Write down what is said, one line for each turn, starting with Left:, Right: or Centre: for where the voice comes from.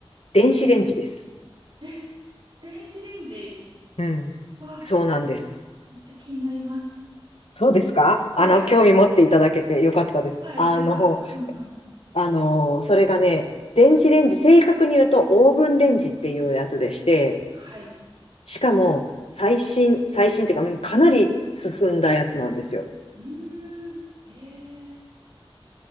Left: 電子レンジです。
Right: え、電子レンジ。
Left: うん。
Right: わ
Left: そうなんです。
Right: めっちゃ気になります。
Left: そうですかあの、
Right: はい。
Left: 興味持っていただけてよかったです。
Right: はい。
Left: あの、
Right: なんか、うんうん。
Left: あの、それがね、電子レンジ、正確に言うとオーブンレンジっていうやつでして、
Right: はい。
Left: しかも、最新、最新っていうか、うんかなり進んだやつなんですよ。
Right: うーん。えー、